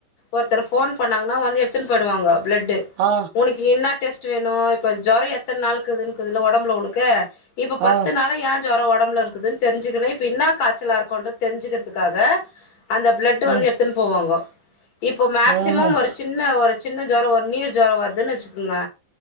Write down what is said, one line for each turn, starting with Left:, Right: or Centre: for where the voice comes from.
Left: ஒருத்தர் போன் பண்ணாங்கன்னா வந்து எடுத்துன்னு போயிடுவாங்க பிளட்
Right: ஆ
Left: உனக்கு என்ன டெஸ்ட் வேணும் இப்போ ஜோரம் எத்தன நாள்க்குதுல்ல ஒடம்புல ஒனக்கு இப்ப பத்து
Right: ஆ
Left: நாள்ம் யாரு ஜோரம் ஒடம்பு இருக்குதுன்னு தெரிஞ்சுக்கிறேன் இப்பின்ன காய்ச்சலா இருக்கும்ன்ற தெரிஞ்சுக்கிறதுக்காக அந்த பிளட் வந்து
Right: ம்
Left: எடுத்துன்ன போவாங்க இப்போ மேக்சிமம்‌
Right: ம்ஹூம்
Left: ஒரு சி ன்ன ஒரு சின்ன ஜோரம் ஒரு நீர் ஜோரம் வருதுன்னு வெச்சுக்கோங்க